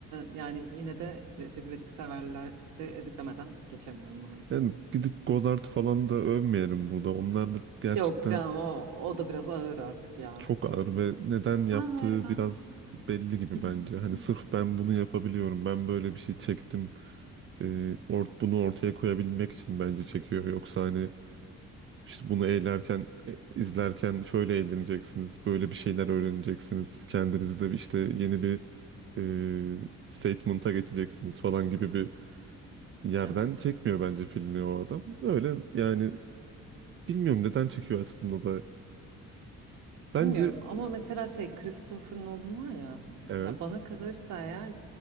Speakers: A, on the right (about 85°); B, on the right (about 45°).
A: yani yine de Recep İvedik severleri eziklemeden geçemiyorum maalesef.
B: Yani gidip Godard falan da övmeyelim burada. Onlar da gerçekten
A: Yok canım o, o da biraz ağır artık ya.
B: Çok ağır ve neden yaptığı
A: Daha böyle ben
B: biraz belli gibi
A: <laughs>
B: bence. Hani sırf ben bunu yapabiliyorum, ben böyle bir şey çektim. E, ort bunu ortaya koyabilmek için bence çekiyor. Yoksa hani işte bunu eğlerken, e, izlerken şöyle eğleneceksiniz, böyle bir şeyler öğreneceksiniz. Kendinizi de işte yeni bir e, statement'a geçeceksiniz falan gibi bir yerden
A: Evet.
B: çekmiyor bence filmi o adam. Öyle yani bilmiyorum neden çekiyor aslında da. Bence
A: Bilmiyorum ama mesela şey Christopher Nolan var ya
B: evet,
A: ya bana kalırsa eğer